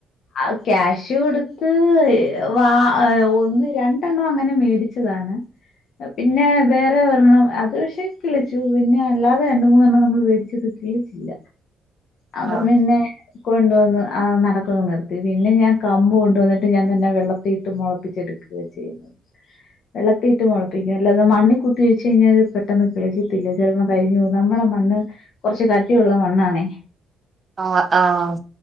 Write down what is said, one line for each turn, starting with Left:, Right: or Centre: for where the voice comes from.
Left: ആഹ് ക്യാഷ് കൊടുത്ത് വാ ഒന്ന് രണ്ടെണ്ണം അങ്ങനെ മേടിച്ചതാണ്. പിന്നെ വേറെ ഒരെണ്ണം അത് പഷേ കിളിച്ചു പിന്നെ അല്ലാതെ രണ്ട് മൂന്നെണ്ണം നമ്മള് വേടിച്ചത് കിളി ച്ചില്ല അപ്പൊ
Right: ആഹ്
Left: പിന്നെ കൊണ്ടുവന്ന് ആ നടക്കവങ്ങ് നിർത്തി പിന്നെ ഞാൻ കമ്പ് കൊണ്ടുവന്നിട്ട് ഞാൻ തന്നെ വെ വെള്ളത്തിയിട്ട് മൊളപ്പിച്ചെടുക്ക ചെയ്യുന്നത് വെള്ളത്തിട്ട് മൊളപ്പിക്കും അല്ലാതെ മണ്ണിക്കുത്തിവെച്ച് കഴിഞ്ഞാ പെട്ടെന്ന് കിളിക്കത്തില്ല ചെലപ്പം കരിഞ്ഞ്പോവും നമ്മടെ മണ്ണ് കൊറച്ച് കട്ടിയൊള്ള മണ്ണാണേ.
Right: ആഹ് ആഹ്